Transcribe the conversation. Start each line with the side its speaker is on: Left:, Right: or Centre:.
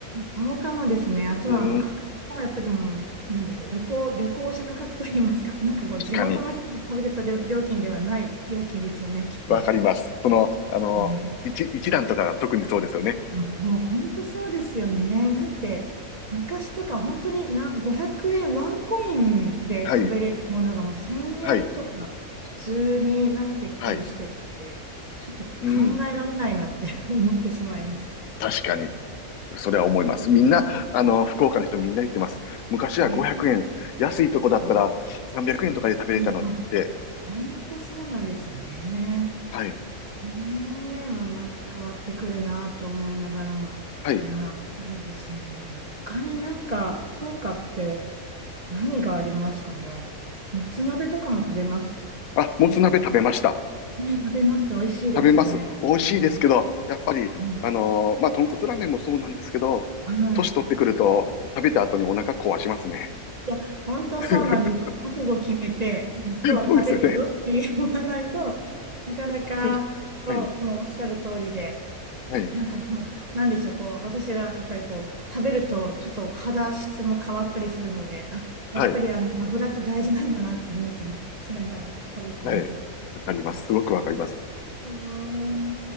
Right: そうかもですね。あとは、
Left: うーん、
Right: あの、価格もやっぱりでも、なんでしょう、旅行、旅行者価格といいますか、<laughs> なんかこう、
Left: 確かに、
Right: 地元の人が食べてた料料金ではない料金ですよね、きっと。
Left: わかります。その、あの、
Right: ね
Left: 一、一段とかが特にそうですよね。
Right: あもう本当そうですよね。だって、昔とか本当にな、500円、ワンコインで食べれるものがもう1000円とか普通になってきたりしてるんで、
Left: はい、はい、はい。
Right: ちょっと考
Left: うん、
Right: えられないなって <laughs> 思ってしまいます。
Left: 確かに。それは思います。
Right: うん
Left: みんな、あの、福岡の人みんな言ってます。昔は500円、
Right: ね
Left: 安いとこだったら300円とかで食べれたのにって、
Right: そう本当そうなんですよね。
Left: はい、
Right: ねえ、もうなんか変わってくるなと思いながらも。
Left: はい。
Right: いやー、いいですね。他になんか福岡って何がありますかね。もつ鍋とかも食べます。
Left: あ、もつ鍋食べました。
Right: 食べ、ね、食べます。美味しいですよね。
Left: 食べます。美味しいですけど、
Right: 食べま
Left: やっぱり、
Right: すは
Left: あのーまあ、豚骨ラーメンもそうなんですけど、
Right: い。はい
Left: 年取ってくると、食べた後にお腹壊しますね。
Right: いや、本当そうなんです。
Left: <laughs>
Right: 覚悟決めて、今日は食べるぞって言わないとなかなか、
Left: そうですよね。はい、
Right: そう、
Left: はい、
Right: もうおっしゃる通りで。
Left: はい、
Right: なんかでも、なんでしょう、こう、私はやっぱりこう、食べるとちょっと肌質も変わったりするので、あ、やっぱりあの、
Left: はい、
Right: 油って大事なんだなって思ったりしながら <laughs> 食べてます。
Left: はい。わかります。すごくわかります。
Right: うーん。